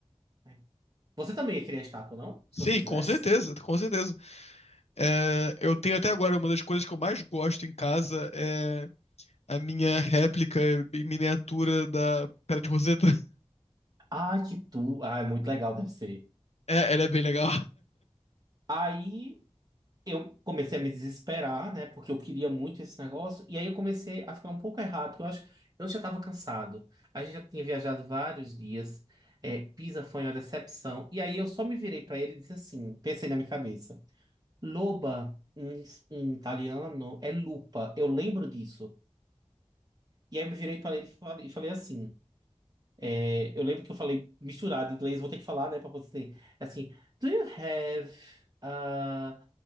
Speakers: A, on the right; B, on the left.
A: né? Você também ia querer a estátua, não? Se
B: Sim,
A: você quisesse.
B: com certeza, com certeza. É, eu tenho até agora uma das coisas que eu mais gosto em casa é a minha réplica em miniatura da Pedra de Roseta. <laughs>
A: Ah, que tu. Ah, é muito legal, deve ser.
B: É, ela é bem legal.
A: Aí eu comecei a me desesperar, né? Porque eu queria muito esse negócio. E aí eu comecei a ficar um pouco errado, porque eu acho que eu já estava cansado. A gente já tinha viajado vários dias. É, Pisa foi uma decepção. E aí eu só me virei para ele e disse assim: pensei na minha cabeça. Loba, em, em italiano, é lupa. Eu lembro disso. E aí eu me virei para ele e falei, e falei assim. É, eu lembro que eu falei misturado em inglês, eu vou ter que falar, né, pra conseguir. Assim, do you have uh,